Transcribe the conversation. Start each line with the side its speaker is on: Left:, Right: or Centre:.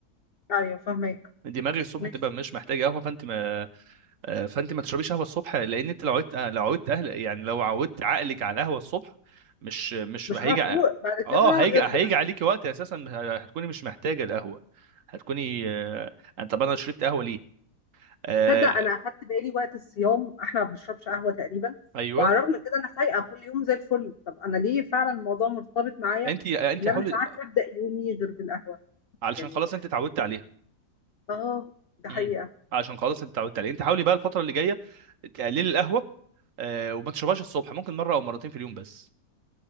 Left: ايوه فاهمك
Right: دماغك الصبح
Left: ماشي
Right: تبقى مش محتاجه قهوه فانت ما آه، فانت ما تشربيش قهوه الصبح لان انت لو عودت آه، لو عودت اهل يعني لو عودت عقلك على القهوه الصبح مش مش
Left: مش
Right: هيجي
Left: هفوق
Right: ع-
Left: بعد
Right: اه
Left: كده
Right: هيجي
Left: غير
Right: هيجي
Left: بالعافيه
Right: عليكي وقت اساسا ه- هتكوني مش محتاجه القهوه هتكوني آه، أنا- طب انا شربت قهوه ليه آه،
Left: تصدق انا اخدت بالي وقت الصيام احنا ما بنشربش قهوه تقريبا
Right: ايوه
Left: وعلى الرغم من كده انا فايقه كل يوم زي الفل طب انا ليه فعلا الموضوع مرتبط معايا
Right: انت انت
Left: بان
Right: حاولي
Left: انا مش عارفه ابدا يومي غير بالقهوه
Right: علشان
Left: يعني
Right: خلاص انت اتعودت عليها
Left: اه ده
Right: امم
Left: حقيقه
Right: علشان خلاص انت اتعودت عليها انت حاولي بقى الفتره اللي جايه تقللي القهوه آه، وما تشربهاش الصبح ممكن مره او مرتين في اليوم بس